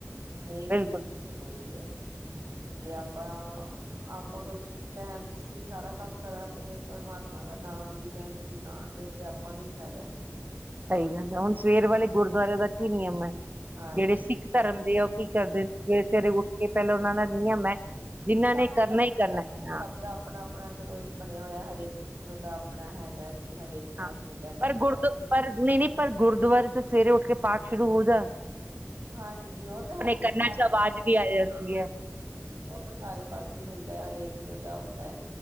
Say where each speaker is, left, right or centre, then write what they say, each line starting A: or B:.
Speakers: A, on the right (about 70°); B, on the right (about 35°).
A: ਹਰੇਕ
B: ਬਿਲਕੁਲ
A: ਚੀਜ਼ ਜ਼ਰੂਰੀ ਹੈ ਜੇ ਆਪਾਂ ਆਪਾਂ ਕੁਝ ਸਟੈਂਪ ਸੀ ਸਾਰਾ ਕੰਮ ਕਰਾਂਗੇ ਪਰਮਾਤਮਾ ਦਾ ਨਾਮ ਵੀ ਟਾਈਮਸੀ ਲਾਗੇ ਤੇ ਆਪਾਂ ਨੂੰ ਹੀ ਫਾਇਦਾ
B: ਸਹੀ ਗੱਲ ਹੈ ਹੁਣ ਸਵੇਰ ਵਾਲੇ ਗੁਰਦੁਆਰਰੇ ਦਾ ਕੀ ਨਿਯਮ ਹੈ
A: ਹਾਂਜੀ
B: ਜਿਹੜੇ ਸਿੱਖ ਧਰਮ ਦੇ ਆ ਉਹ ਕੀ ਕਰਦੇਰੇ ਕਿ ਪਹਿਲਾਂ ਉਹਨਾਂ ਦਾ ਨਿਯਮ ਹੈ ਜਿਨ੍ਹਾਂ
A: ਸਭ
B: ਨੇ ਕਰਨਾ ਹੀ ਕਰਨਾ ਹੈ
A: ਸਭ
B: ਹਾਂ
A: ਦਾ ਆਪਣਾ ਆਪਣਾ ਚਲੋ ਬਣਿਆ ਹੋਇਆ ਹਰੇਕ ਦਾ ਆਪਣਾ ਹੈਗਾ ਹਰੇਕ ਨੇ
B: ਹਾਂ
A: ਆਪਣੇ ਟੈਮ
B: ਪਰ
A: ਤੇ ਕਰਨਾ
B: ਗੁਰਦ ਪਰ ਨਹੀਂ ਨਹੀਂ ਪਰ ਗੁਰਦੁਆਰੇ ਤੋਂ ਸਵੇਰੇ ਉੱਠ ਕੇ ਪਾਕ ਸ਼ੁਰੂ ਹੋ ਜਾ
A: ਹਾਂਜੀ ਉਹ ਤਾਂ ਹੈ ਹੀ
B: ਕੰਨਾਂ
A: ਸਾਰੇ
B: ਚ ਆਵਾਜ਼
A: ਪਾਸੇ
B: ਵੀ
A: ਹੈ
B: ਆ ਜਾਂਦੀ ਹੈ
A: ਹਮ ਉਹ ਤਾਂ ਸਾਰੇ ਪਾਸੇ ਹੁੰਦਾ ਹਰੇਕ ਦਾ ਹੁੰਦਾ ਹੈ